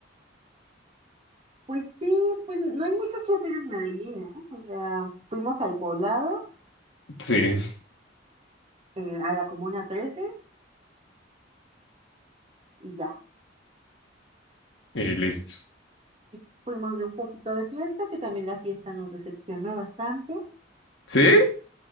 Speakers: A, on the right; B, on the left.
A: Pues sí, pues no hay mucho que hacer en Medellín, ¿eh? O sea, fuimos al poblado,
B: Sí,
A: eh, a la Comuna 13 y ya.
B: y listo.
A: Y fuimos de un poquito de fiesta, que también la fiesta nos decepcionó bastante.
B: ¿Sí?